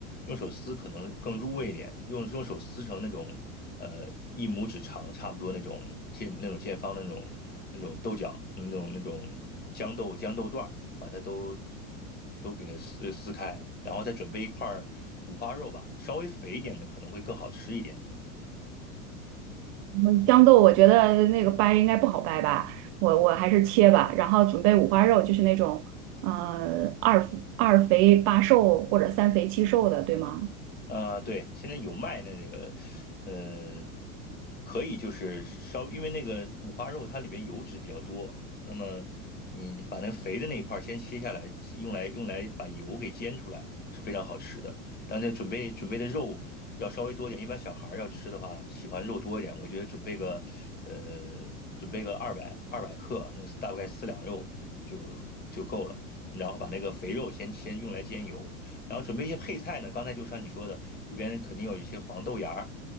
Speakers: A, on the left; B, on the right.
A: 用手撕可能更入味一点，用用手撕成那种呃一拇指长，差不多那种见那种见方的那种那种豆角，那种那种豇豆豇豆段儿，把它都都给它撕撕开，然后再准备一块儿五花肉吧，稍微肥一点的可能会更好吃一点。
B: 嗯豇豆我觉得那个掰应该不好掰吧，我我还是切吧。然后准备五花肉，就是那种呃二二肥八瘦或者三肥七瘦的，对吗？
A: 呃，对，现在有卖那这个，嗯、可以就是稍，因为那个五花肉它里边油脂比较多，那么你把那个肥的那一块儿先切下来，是用来用来把油给煎出来是非常好吃的。但这准备准备的肉要稍微多一点，一般小孩儿要吃的话，喜欢肉多一点，我觉得准备个呃，准备个二百二百克，那个大概四两肉就就够了。然后把那个肥肉先先用来煎油，然后准备一些配菜呢，刚才就像你说的，里边肯定有一些黄豆芽儿，